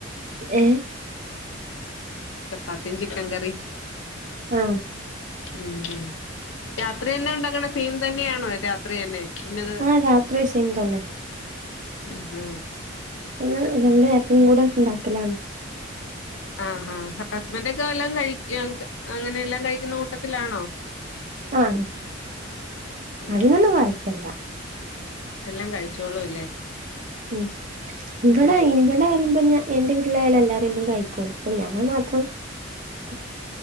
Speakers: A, on the right; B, on the left.
A: ഏഹ്
B: ചപ്പാത്തിയും ചിക്കൻ കറി
A: ആ
B: ഊം രാത്രി എന്താ ഉണ്ടാക്ണ സെയിം തന്നെ ആണോ രാത്രി തന്നെ ഇന്നത്
A: ആ രാത്രി സെയിം തന്നെ
B: ആ ഹാ
A: എന്നും രണ്ട് നേരത്ത്നും കൂടെ ഉണ്ടാക്കലാണ്
B: ആ ഹാ ഹസ്ബൻ്റ് ഒക്കെ വല്ലോം കഴി അങ്ങനെ എല്ലാം കഴിക്കുന്ന കൂട്ടത്തിലാണോ
A: ആ
B: ആ
A: അതിനൊന്നും കൊയ പ്പല്ലാ
B: എല്ലാം കഴിച്ചോളും അല്ലേ
A: ഉം ഇവിടെ
B: പിന്നെ
A: ഇവിടാരും പിന്നെ എൻ്റെ വീട്ടിലായാലും എല്ലാരും എന്തും കഴിക്കും ക്ഷെ ഞാൻ മാത്രം കൊർ